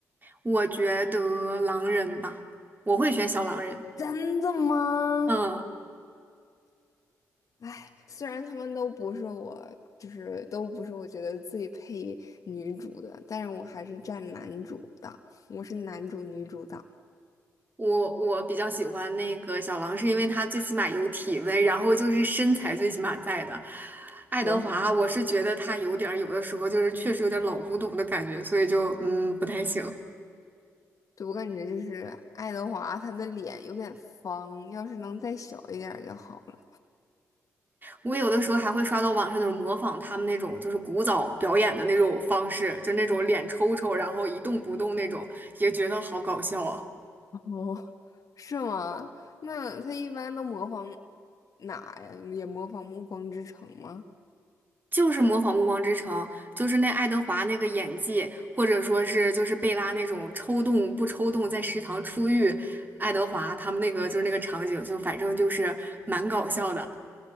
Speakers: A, on the right; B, on the left.
A: 我觉得狼人吧，我会选小狼人。
B: 真的吗？
A: 嗯。
B: 哎，虽然他们都不是我，就是都不是我觉得最配女主的，但是我还是站男主党，我是男主女主党。
A: 我我比较喜欢那个小狼，是因为他最起码有体温，然后就是身材最起码在的。爱德华，
B: 哦
A: 我是觉得他有点儿有的时候就是确实有点儿老古董的感觉，所以就嗯不太行。
B: 对，我感觉就是爱德华，他的脸有点方，要是能再小一点儿就好了。
A: 我有的时候还会刷到网上那种模仿他们那种就是古早表演的那种方式，就那种脸抽抽，然后一动不动那种，也觉得好搞笑啊。
B: 哦，<laughs> 是吗？那他一般都模仿哪呀？也模仿《暮光之城》吗
A: 就是模仿《暮光之城》，就是那爱德华那个演技，或者说是就是贝拉那种抽动不抽动，在食堂出狱，爱德华他们那个就是那个场景，就反正就是蛮搞笑的。